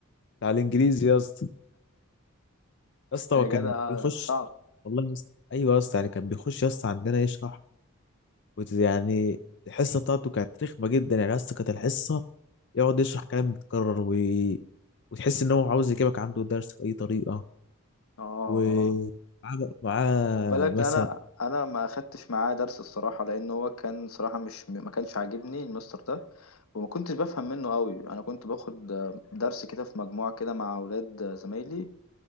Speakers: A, on the left (about 55°); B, on the left (about 80°).
A: بتاع الانجليزي يا اسطى يا اسطى
B: يا
A: هو كان
B: جدع
A: بيخش
B: صعب
A: والله يا اسطى ايوه يا اسطى يعني كان بيخش يا اسطى عندنا يشرح كنت يعني الحصه بتاعته كانت رخمه جدا يعني يا اسطى كانت الحصه يقعد يشرح كلام متكرر و... وتحس ان هو عاوز يجيبك عنده درس باي طريقه
B: اه اه
A: ومعاه معاه
B: خد بالك
A: مثلا
B: انا انا ما اخدتش معاه درس الصراحه لان هو كان صراحه مش ما كانش عاجبني المستر ده وما كنتش بفهم منه قوي انا كنت باخد آه، درس كده في مجموعه كده مع اولاد آه، زمايلي